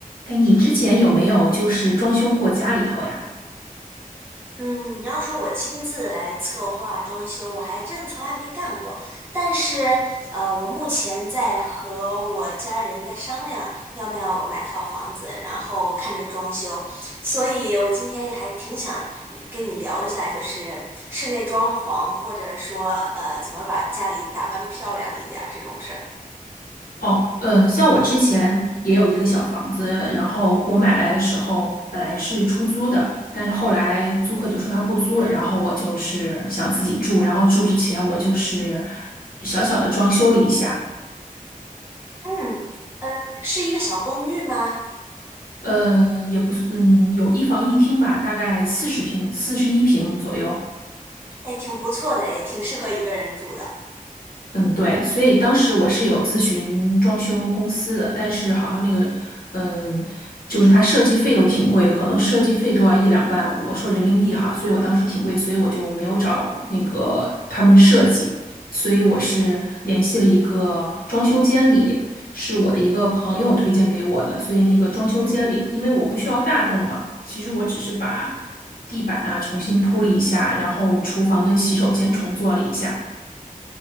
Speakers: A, on the left (about 80°); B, on the right (about 15°).
A: 哎，你之前有没有就是装修过家里头呀？
B: 嗯，你要说我亲自来策划装修，我还真的从来没干过。但是，呃，我目前在和我家人在商量要不要买套房子，然后看着装修。所以我今天还挺想跟你聊一下，就是室内装潢，或者说呃，怎么把家里打扮的漂亮一点儿这种事儿。
A: 哦，嗯，像我之前也有一个小房子，然后我买来的时候本来是出租的，但是后来租客就说他不租了，然后我就是想自己住，然后住之前我就是小小的装修了一下，
B: 嗯，是一个小公寓吗？
A: 呃，也不是，嗯，有一房一厅吧，大概四十平、四十一平左右。
B: 哎，挺不错的，哎，挺适合一个人住的。
A: 嗯，对，所以当时我是有咨询装修公司的，但是好像那个，嗯，就是它设计费都挺贵的，可能设计费都要一两万，我说人民币哈，所以我当时挺贵，所以我就没有找那个他们设计，所以我是联系了一个装修监理，是我的一个朋友推荐给我的，所以那个装修监理，
B: 嗯。
A: 因为我不需要大动嘛，其实我只是把地板啊重新铺了一下，然后厨房跟洗手间重做了一下。